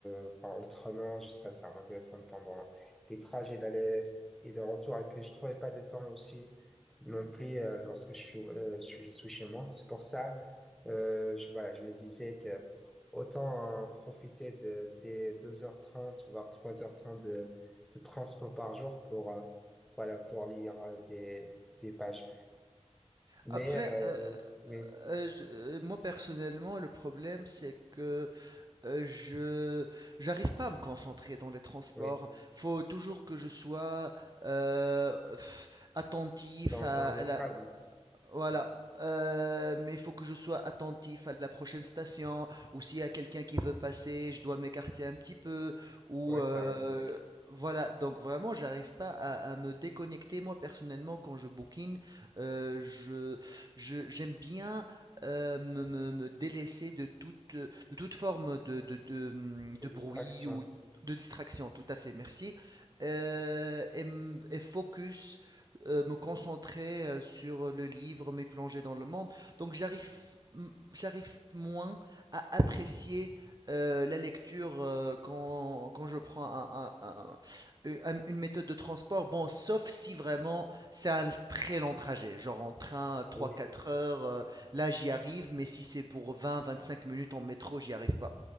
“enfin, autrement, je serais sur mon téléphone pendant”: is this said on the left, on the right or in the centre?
Centre